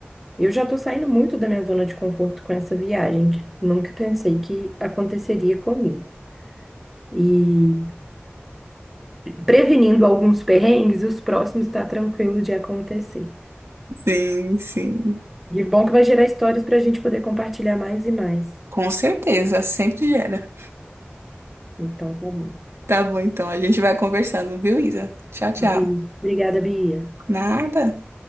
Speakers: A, in the centre; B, on the right.
A: Eu já estou saindo muito da minha zona de conforto com essa viagem, que nunca pensei que aconteceria comigo. e prevenindo alguns perrengues, os próximos tá tranquilo de acontecer.
B: sim, sim.
A: E bom que vai gerar histórias para a gente poder compartilhar mais e mais.
B: Com certeza, sempre gera.
A: Então, tá bom.
B: Tá bom, então, a gente vai conversando, viu, Isa? Tchau, tchau.
A: Bi, Obrigada, Bia.
B: Nada.